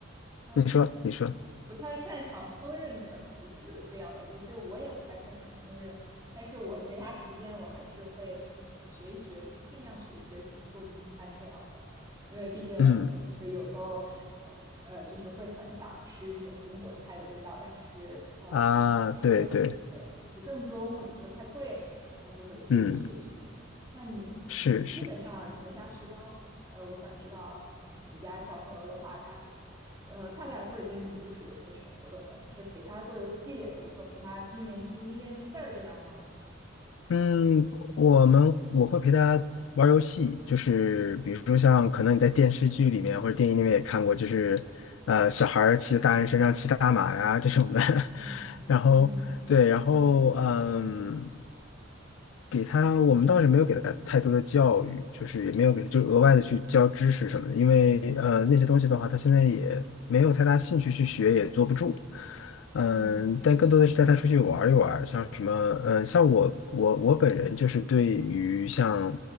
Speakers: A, on the right; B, on the left.
A: 那
B: 你说你说，
A: 不太擅长烹饪，可能就是这样的。其实我也不太擅长烹饪，但是我闲暇时间我还是会嗯学一学，就是尽量学一学怎么做中餐这样的，因为毕竟呃就是有时候呃呃就是会很想吃这种中国菜的味道，
B: 嗯
A: 但是呃可能出去吃对不正宗或者说太贵啊、
B: 啊，对对，
A: 那就会自己学一学。
B: 嗯，
A: 那你你基本上闲暇时光，
B: 是是。
A: 呃，我想知道，嗯，你家小朋友的话，他呃，大概会跟你就是有些什么活动呢？你是陪他做游戏，或者说陪他念念拼音、认认字儿这样吗？
B: 嗯，我们我会陪他玩儿游戏，就是比如说像可能你在电视剧里面或者电影里面也看过，就是呃小孩儿骑在大人身上骑大马呀这种的，
A: 嗯嗯
B: <laughs> 然后对，然后嗯，给他我们倒是没有给他太多的教育，就是也没有给就额外的去教知识什么的，因为呃那些东西的话，他现在也没有太大兴趣去学，也坐不住。嗯，
A: 嗯
B: 但更多的是带他出去玩儿一玩儿像什么，嗯，像我我我本人就是对于像，